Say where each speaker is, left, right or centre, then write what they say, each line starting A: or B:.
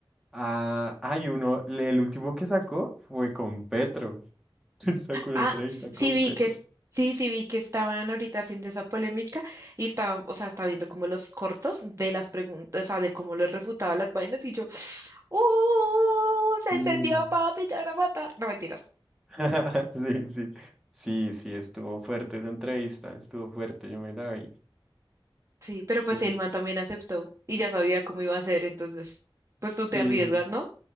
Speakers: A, in the centre; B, on the right (about 35°).
A: Ah, hay uno, le- el último que sacó fue con Petro. <laughs> Sacó una
B: Ah,
A: entrevista
B: s- sí
A: con
B: vi
A: Petro.
B: que es- sí, sí vi que estaban ahorita haciendo esa polémica y estaba, o sea, estaba viendo como los cortos de las preguntas, o sea, de cómo les refutaba las vainas y yo, ¡Uh! Se
A: Sí.
B: encendió, papi, te van a matar. No mentiras.
A: <laughs> Sí, sí. Sí, sí, estuvo fuerte esa entrevista, estuvo fuerte, yo me la vi.
B: Sí, pero
A: Sí,
B: pues el man también aceptó y ya sabía cómo iba a ser, entonces, pues tú te
A: sí,
B: arriesgas, ¿no?